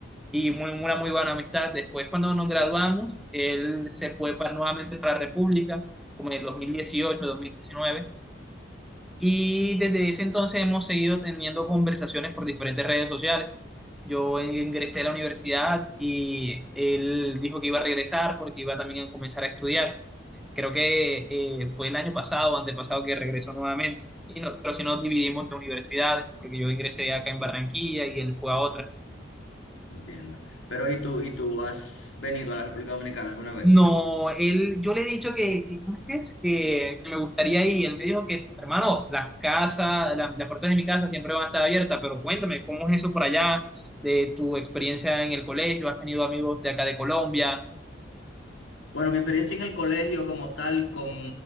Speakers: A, in the centre; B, on the left (about 80°).
A: y muy, una muy buena amistad. Después cuando nos graduamos, él se fue pa- nuevamente para la República, como en el 2018, 2019 y desde ese entonces hemos seguido teniendo conversaciones por diferentes redes sociales. Yo ingresé a la universidad y él dijo que iba a regresar porque iba también a comenzar a estudiar. Creo que eh, fue el año pasado, antepasado, que regresó nuevamente. Y no- pero si nos dividimos de universidades, porque yo ingresé acá en Barranquilla y él fue a otra.
B: Entiendo. Pero ¿y tú? ¿Y tú has venido a la República Dominicana alguna vez?
A: No, él, yo le he dicho que, que- ¿cómo es que es? Que, que me gustaría ir. Él me dijo que, hermano, las casas, la- las puertas de mi casa siempre van a estar abiertas, pero cuéntame, ¿cómo es eso por allá? De tu experiencia en el colegio, ¿has tenido amigos de acá de Colombia?
B: Bueno, mi experiencia en el colegio como tal con